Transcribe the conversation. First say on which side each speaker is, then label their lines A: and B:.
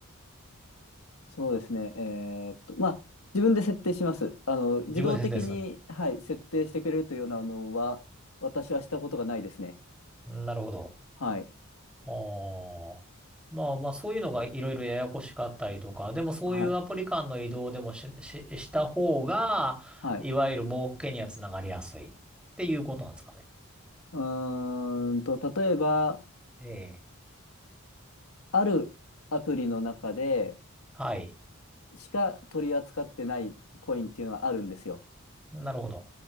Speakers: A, on the left (about 80°); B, in the centre.
A: そうですね。えーっと、まあ、自分で設定します。あの、自動的に、
B: 自分ですですよね。
A: はい、設定してくれるというようなのは、私はしたことがないですね。
B: なるほど。
A: はい。
B: ああ。まあまあ、そういうのがいろいろややこしかったりとか、でもそういうアプリ間の移動でもし、
A: はい。
B: し、した方が、
A: はい。
B: いわゆる儲けにはつながりやすいっていうことなんですかね。
A: うーんと、例えば、
B: ええ。
A: あるアプリの中で
B: はい。
A: しか取り扱ってないコインっていうのはあるんですよ。
B: なるほど。